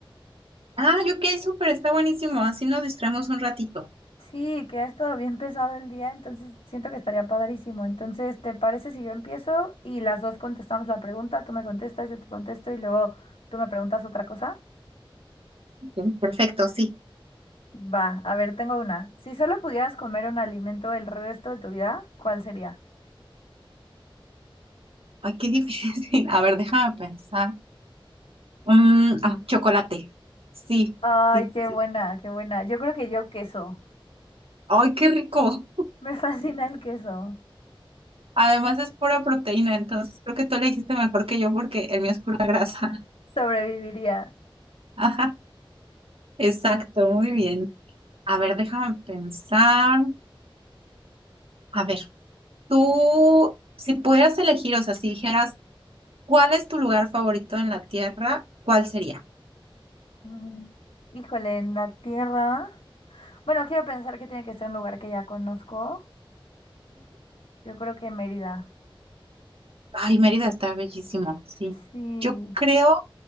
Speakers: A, on the right (about 85°); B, on the left (about 85°).
A: Ah, yo ok, súper, está buenísimo. Así nos distraemos un ratito.
B: Sí, que ha estado bien <laughs> pesado el día, entonces siento que estaría padrísimo. Entonces, ¿te parece si yo empiezo y las dos contestamos la pregunta? Tú me contestas, yo te contesto y luego tú me preguntas otra cosa.
A: Bien, Perfecto, sí.
B: Va, a ver, tengo una. Si solo pudieras comer un alimento el resto de tu vida, ¿cuál sería?
A: Ay, qué difícil. <laughs> A ver, déjame pensar. Mm, ah, chocolate. Sí,
B: Ay,
A: sí,
B: qué
A: sí.
B: buena, qué buena. Yo creo que yo queso.
A: Ay, qué rico.
B: <laughs> Me fascina el queso.
A: Además es pura proteína, entonces creo que tú le dijiste mejor que yo porque el mío es pura grasa. <laughs>
B: Sobreviviría.
A: Ajá, exacto, muy bien. A ver, déjame pensar. A ver, tú, si pudieras elegir, o sea, si dijeras, ¿cuál es tu lugar favorito en la Tierra? ¿Cuál sería?
B: Mm, Híjole, en la tierra. Bueno, quiero pensar que tiene que ser un lugar que ya conozco. Yo creo que Mérida.
A: Ay, Mérida está bellísimo, sí.
B: Sí.
A: Yo creo,